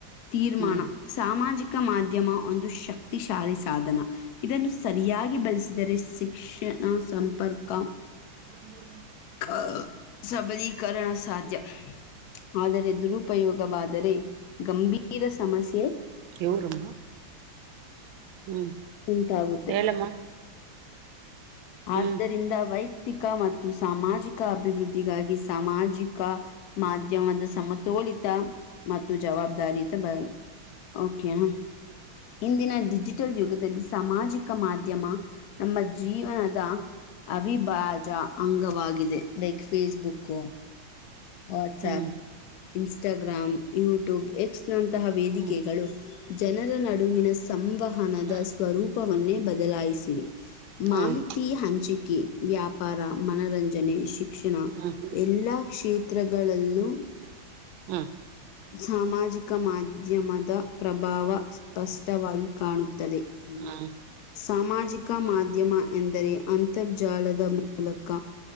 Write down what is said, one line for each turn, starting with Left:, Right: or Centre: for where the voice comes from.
Left: ತೀರ್ಮಾನ
Right: ಹ್ಮ್
Left: ಸಾಮಾಜಿಕ ಮಾಧ್ಯಮ ಒಂದು ಶಕ್ತಿಶಾಲಿ ಸಾಧನ ಇದನ್ನು ಸರಿಯಾಗಿ ಬಳಸಿದರೆ ಶಿಕ್ಷಣ ಸಂಪರ್ಕ
Right: ನರ
Left: ಕ ಸಬಿಕರಣ ಸಾಧ್ಯ ಆದರೆ ದುರುಪಯೋಗವಾದರೆ ಗಂಭೀರ ಸಮಸ್ಯೆ
Right: ಯವರಮ್ಮ ಹ್ಮ್
Left: ಉಂಟಾಗುತ್ತೆ
Right: ಹೇಳಮ್ಮ
Left: ಆದ್ದರಿಂದ
Right: ಹ್ಮ್
Left: ವೈಯಕ್ತಿಕ ಮತ್ತು ಸಾಮಾಜಿಕ ಅಭಿವೃದ್ಧಿಗಾಗಿ ಸಾಮಾಜಿಕ ಮಾಧ್ಯಮದ ಸಮತೋಲಿತ ಮತ್ತು ಜವಾಬ್ದಾರಿಯಿತ ಬ ಓಕೆ ಇಂದಿನ ಡಿಜಿಟಲ್ ಯುಗದಲ್ಲಿ ಸಾಮಾಜಿಕ ಮಾಧ್ಯಮ ನಮ್ಮ ಜೀವನ ಅವಿಭಾಜ್ಯ ಅಂಗವಾಗಿದೆ like Facebook WhatsApp
Right: hmm
Left: Instagram YouTube X ನಂತಹ ವೇದಿಕೆಗಳು
Right: ಹ್ಮ್
Left: ಜನರ ನಡುವಿನ ಸಂವಹನದ
Right: ಹ್ಮ್ ಹ್ಮ್
Left: ಸ್ವರೂಪ ವನ್ನೇ ಬದಲಾಯಿಸಿರಿ ಮಾಹಿತಿ
Right: ಹ್ಮ್
Left: ಹಂಚಿಕೆ ವ್ಯಾಪ್ ವ್ಯಾಪಾರ ಮನರಂಜನೆ ಶಿಕ್ಷಣ
Right: ಹ್ಮ್ ಹ್ಮ್
Left: ಎಲ್ಲಾ ಕ್ಷೇತ್ರಗಳಲ್ಲೂ
Right: ಹ
Left: ಸಾಮಾಜಿಕ ಮಾಧ್ಯಮದ ಪ್ರಭಾವ ಸ್ಪಷ್ಟವಾಗಿ ಕಾಣುತ್ತದೆ ಹ್ಮ
Right: ಹ್ಮ್
Left: ಸಾಮಾಜಿಕ ಮಾಧ್ಯಮ ಎಂದರೆ ಅಂತರ್ಜಾಲದ ಮೂಲಕ